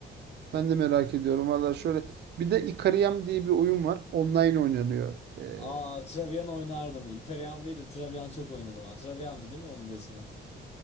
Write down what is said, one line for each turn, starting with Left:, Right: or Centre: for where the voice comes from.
Right: Ben de merak ediyorum. Valla şöyle. Bir de Ikariam diye bir oyun var. Online oynanıyor. Ee,
Left: Aa Travian oynardım. Ikariam değil de Travian çok oynadım. Ha. Travian'dı değil mi onun da ismi?